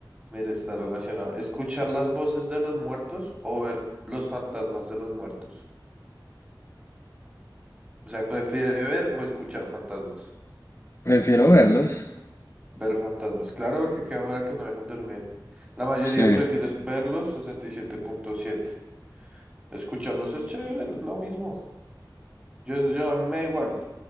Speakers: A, on the right (about 15°); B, on the left (about 35°).
A: Mire, está relacionado. Escuchar las voces de los muertos o ver los fantasmas de los muertos. O sea, prefiere ver o escuchar fantasmas.
B: Prefiero verlos.
A: Ver fantasmas. Claro, porque qué manera que no dejan dormir. La mayoría
B: Sí,
A: prefiere verlos, sesenta y siete punto siete Escucharlos es chévere, es lo mismo. Yo, yo a mí me da igual.